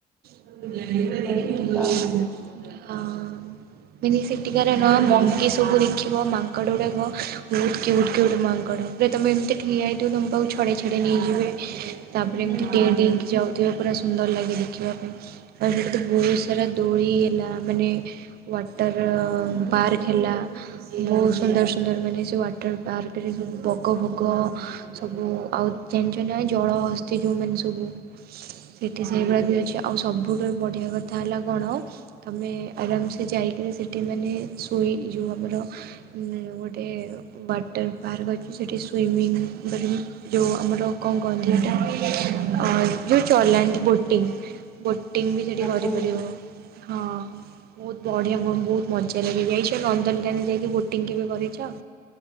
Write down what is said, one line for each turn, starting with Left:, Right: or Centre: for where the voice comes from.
Right: ଆଉ।
Centre: ହଉ ଯିବା।
Right: <unintelligible> ସେଠିକାର ନା ମଙ୍କି ସବୁ ଦେଖିବ ମାଙ୍କଡ ଗୁଡାକ ବହୁତ୍ କ୍ୟୁଟ୍ କ୍ୟୁଟ୍ ମାଙ୍କଡ। ରେ ତମେ ଏମିତି ଠିଆ ହେଇଥିବ ତମ ପାଖୁ ଛଡେଇ ଛଡେଇ ନେଇଯିବେ। ତାପରେ
Centre: ହୁଁ
Right: ଏମିତି
Centre: ହୁଁ
Right: ଡେଇଁ ଡେଇଁକି ଯାଉଥିବେ ପୁରା ସୁନ୍ଦର୍ ଲାଗେ ଦେଖିବା ପାଇଁ। ଆଉ ସେଠି ତ ବହୁତ୍ ସାରା ଦୋଳି ହେଲା ମାନେ ୱାଟର ପାର୍କ ହେଲା ବହୁତ୍ ସୁନ୍ଦର୍ ସୁନ୍ଦର୍ ମାନେ ସେ ୱାଟର୍ ପାର୍କରେ ସବୁ ବଗ ଫଗ ସବୁ ଆଉ ଜାଣିଚ ନା ଜଳହସ୍ତି ଯଉମାନେ ସବୁ ସେଠି ସେଇଭଳି ବି ଅଛି ଆ ଆଉ ସବୁଠାରୁ ବଢ଼ିଆ କଥା ହେଲା କଣ? ତମେ ଆରାମ୍‌ ସେ ଯାଇକିରି ସେଠି ମାନେ ଶୋଇ ଯୋଉ ଆମର ମାନେ ଗୋଟେ ୱାଟର୍ ପାର୍କ ଅଛି ସେଠି ସୁଇମିଂ <unintelligible> ଯୋଉ ଆମର କଣ କହନ୍ତି ହେଟା ଅ ଯୋଉ ଚଲାନ୍ତି ବୋଟିଂଙ୍ଗ୍। ବୋଟିଂଙ୍ଗ ବି ସେଠି
Centre: ଗୋଟେ
Right: କରିପାରିବ,
Centre: ନାଇଁ
Right: ହଁ ବହୁତ୍। ବଢିଆ ବ ବହୁତ ମଜା ଲାଗେ ଯାଇଛ ନନ୍ଦନକାନନ ଯାଇକି ବୋଟିଂଙ୍ଗ କେବେ କରିଚ?